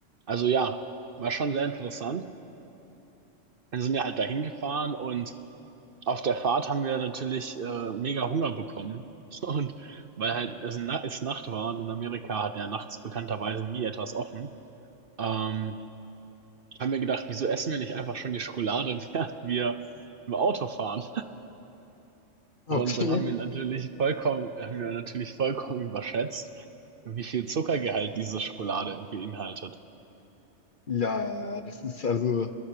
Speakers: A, on the right; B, on the left.
A: also ja, war schon sehr interessant. Dann sind wir halt dahin gefahren und auf der Fahrt haben wir natürlich äh, mega Hunger bekommen. <laughs> Und weil halt es, na es Nacht war und in Amerika hat ja nachts bekannterweise nie etwas offen. Ähm, haben wir gedacht, wieso essen wir nicht einfach schon die Schokolade, <laughs> während wir im Auto fahren?
B: okay.
A: Und dann haben wir natürlich vollkommen, haben wir natürlich vollkommen überschätzt, wie viel Zuckergehalt diese Schokolade beinhaltet.
B: Ja, das ist also,